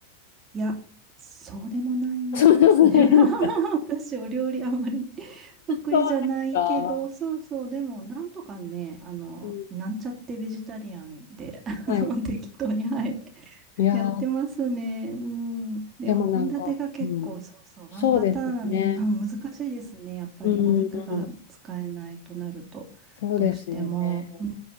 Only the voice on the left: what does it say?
<laughs> そうなこないですか。
そうですか。
うん、
はい。
いやー、
でもなんか、
うん。
そうですよね。
うんうんうん。
そうですよね。